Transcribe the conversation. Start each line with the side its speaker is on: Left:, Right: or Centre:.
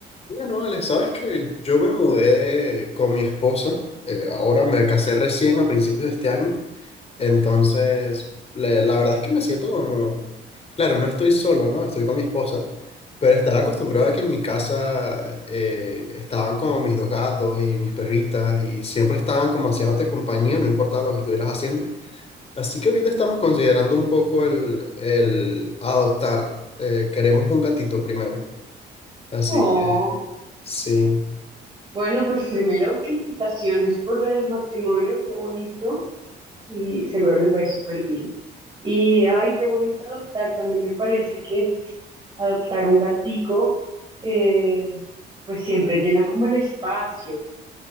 Left: Bueno, Ale, sabes que yo me mudé con mi esposa, eh, ahora me casé recién a principios de este año, entonces le- la verdad es que me siento como, claro, no estoy solo, ¿no? Estoy con mi esposa, pero estaba acostumbrado a que en mi casa eh, estaban como mis dos gatos y mis perritas y siempre estaban como haciéndote compañía, no importaba lo que estuvieras haciendo. Así que ahorita estamos considerando un poco el, el adoptar, eh, queremos un gatito primero, así
Right: Oh,
Left: que sí.
Right: bueno, pues primero, felicitaciones por el matrimonio, qué bonito, y seguro les va a ir súper bien. Y ay, qué bonito adoptar, también me parece que adoptar un gatico, eh, pues siempre llena como el espacio,